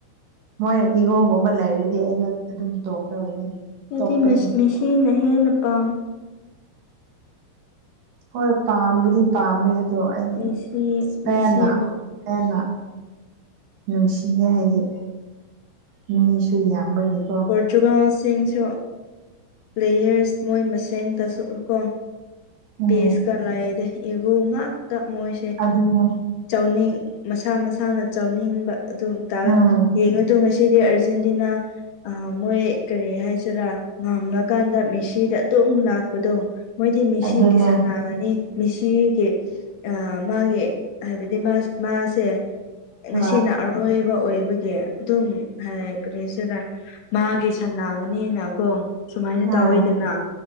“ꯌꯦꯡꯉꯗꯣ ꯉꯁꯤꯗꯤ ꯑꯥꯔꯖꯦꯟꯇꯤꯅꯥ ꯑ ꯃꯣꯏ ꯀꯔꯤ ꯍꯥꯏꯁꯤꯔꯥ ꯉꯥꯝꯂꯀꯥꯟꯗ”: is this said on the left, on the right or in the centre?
Left